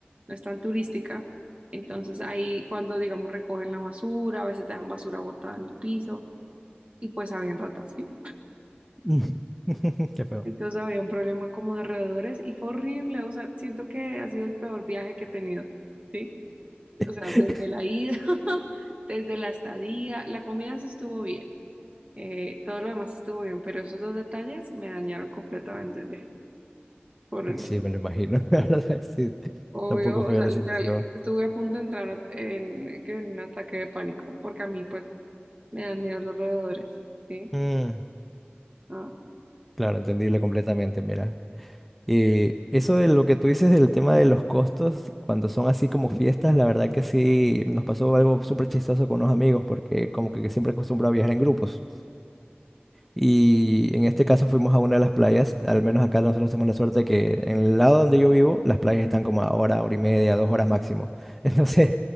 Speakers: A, on the right; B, in the centre.
A: no es tan turística, entonces ahí cuando digamos recogen la basura, a veces dejan basura botada en el piso y pues habían ratas, ¿sí?
B: <laughs> Qué feo.
A: Entonces había un problema como de roedores y fue horrible, o sea, siento que ha sido el peor viaje que he tenido, ¿sí?
B: <laughs>
A: O sea, desde la ida, <laughs> desde la estadía, la comida se estuvo bien, eh, todo lo demás estuvo bien, pero esos dos detalles me dañaron completamente el viaje, Fue horrible.
B: Sí, me lo imagino. <laughs> La verdad, sí.
A: Obvio,
B: Tampoco fea
A: o sea,
B: la
A: literal,
B: situación.
A: estuve a punto de entrar en, que en un ataque de pánico, porque a mí pues me dan miedo los roedores, ¿sí?
B: Mm,
A: Ah,
B: claro, entendible completamente, mira. Eh, eso de lo que tú dices del tema de los costos, cuando son así como fiestas, la verdad que sí nos pasó algo súper chistoso con unos amigos, porque como que siempre acostumbro a viajar en grupos. Y en este caso fuimos a una de las playas, al menos acá nosotros tenemos la suerte que en el lado donde yo vivo, las playas están como a hora, hora y media, dos horas máximo. <laughs> Entonces,